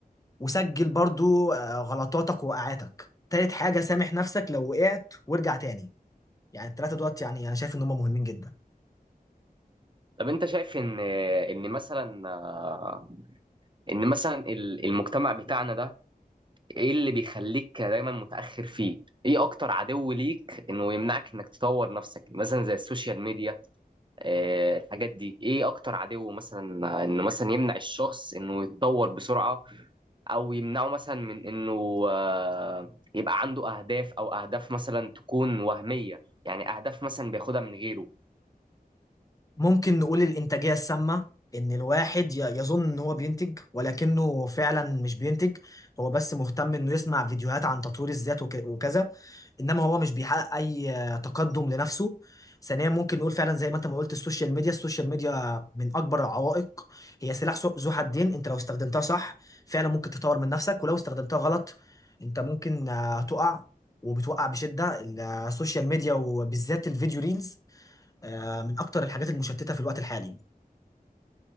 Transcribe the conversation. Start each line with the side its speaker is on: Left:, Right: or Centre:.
Left: وسجل برضو آه، غلطاتك ووقعاتك تالت حاجة سامح نفسك لو وقعت وارجع تاني يعني التلاتة دوت يعني أنا شايف إن هم مهمين جدا
Right: طب انت شايف ان ان مثلا آه، ان مثلا ال- المجتمع بتاعنا ده ايه اللي بيخليك دايما متأخر فيه ايه اكتر عدو ليك انه يمنعك انك تطور نفسك مثلا زي السوشيال ميديا اه الحاجات دي ايه اكتر عدو مثلا آه، انه مثلا يمنع الشخص انه يتطور بسرعة او يمنعه مثلا من انه اه، يبقى عنده اهداف او اهداف مثلا تكون وهمية يعني اهداف مثلا بياخدها من غيره
Left: ممكن نقول الإنتاجية السامة إن الواحد ي- يظن إن هو بينتج ولكنه فعلا مش بينتج هو بس مهتم إنه يسمع فيديوهات عن تطوير الذات وك- وكذا إنما هو مش بيحقق أي آه، تقدم لنفسه ثانيا ممكن نقول فعلا زي ما أنت ما قلت السوشيال ميديا السوشيال ميديا من أكبر العوائق هي سلاح ذو ذو حدين أنت لو استخدمتها صح فعلا ممكن تطور من نفسك ولو استخدمتها غلط أنت ممكن آه، تقع وبتوقع بشدة السوشيال ميديا وبالذات الفيديو ريلز آه، من أكتر الحاجات المشتتة في الوقت الحالي